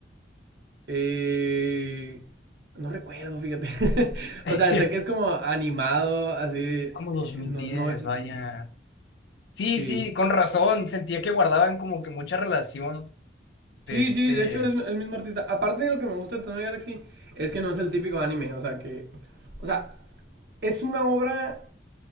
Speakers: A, on the right; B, on the left.
A: eh, no recuerdo, fíjate. <laughs>
B: <laughs>
A: O sea, sé que es como animado, así... eh,
B: Es como 2010,
A: No, no...
B: vaya. Sí,
A: Sí.
B: sí, con razón, sentía que guardaban como que mucha relación
A: Sí,
B: de este...
A: sí, de hecho es es el mismo artista. Aparte de lo que me gusta de Tatami Galaxy, es que no es el típico anime. O sea, que... O sea, es una obra